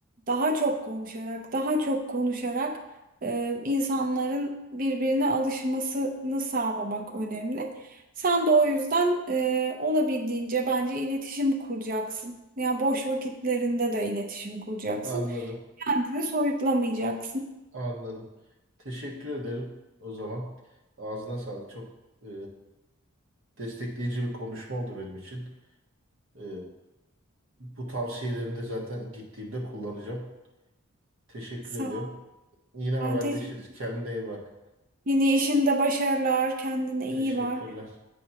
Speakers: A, on the right (about 40°); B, on the right (about 70°).
A: daha çok konuşarak, daha çok konuşarak e, insanların birbirine alışmasını sağlamak önemli. Sen de o yüzden e, olabildiğince bence iletişim kuracaksın. Yani boş vakitlerinde de iletişim kuracaksın.
B: Anladım.
A: Kendini soyutlamayacaksın.
B: Anladım. Teşekkür ederim o zaman. Ağzına sağlık. Çok e, destekleyici bir konuşma oldu benim için. Ee, bu tavsiyelerini de zaten gittiğimde kullanacağım. Teşekkür
A: Sağ
B: ediyorum.
A: ol.
B: Yine haberleşiriz.
A: Ben teşekkür
B: Kendine iyi bak.
A: Yeni işinde başarılar, kendine
B: Teşekkürler.
A: iyi bak.